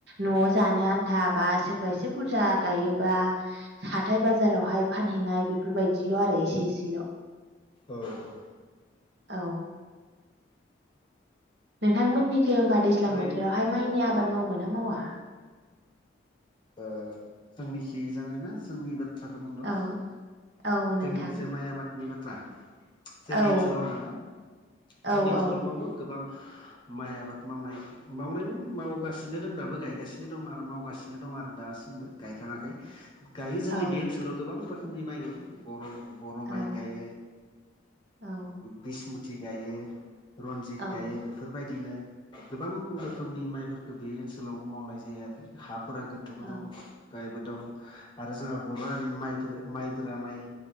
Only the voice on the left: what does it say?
औ औ
ओरै
जोंनिखि जा ना जोंनि बाथ्राखौ बुंदों
जोंनिखिजाय माइ आबादनि बाथ्रा जोंनि
ओनसोलाव आरोना जोंनि
ओनसोलाव
मावो गोबां माइ आबाद मावनाय मावनाय माने मावगासिनो दं दाबो गायगासिनो दं आरो मावगासिनो दं आरो दासिमबो गायखाङाखै गायो जोंनि
बे ओनसोलाव गोबां रोखोमनि माइ गायो बर' बर' माइ
गायो
बिसमुथि गायो रनजित
गायो बेफोरबायदिनो गोबां रोखोमनि माइफोरखौ बे ओनसोल ओनसोलाव मावनाय जायो आरो हाफोरा गोथौबो
दं गाहायबो दं आरो जोंहा बर' हारिनि माइ माइबोरा माइ